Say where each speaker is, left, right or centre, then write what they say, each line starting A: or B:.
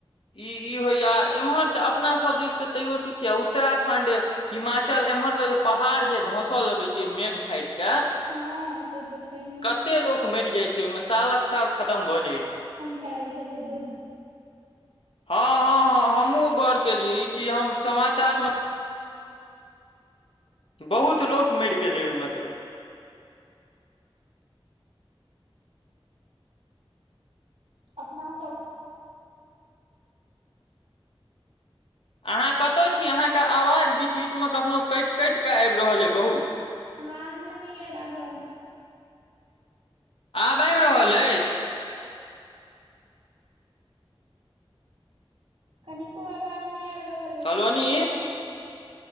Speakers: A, on the left; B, on the right.
A: ई ई होयया एम्हर तऽ अपना सब दिस तऽ तैयो ठीक छै आ उत्तराखण्ड हिमाचल एम्हर सब जे पहाड़ जे धसअ लगै छै मेघ फाएट कऽ
B: हँ से तऽ छैहे
A: कते लोक मैर जाय छै ओय मे सालक साल खतम भऽ जाय छै।
B: खाएल छलै दूध
A: हां हां हां हमु गौर केलिये ई चीज हम समाचार मे बहुत लोक मैर गेलै ओय मे तऽ।
B: अपना सब
A: अहाँ कता छी, अहाँके अवाज बीच-बीच मे कखनो कैएट-कैएट के आएब रहल अय बहुत।
B: अवाज नै अबैया राघव।
A: आब आएब रहल एछ।
B: कनिको अवाज नै आएब रहल अय
A: सलोनी
B: कता गेलौ।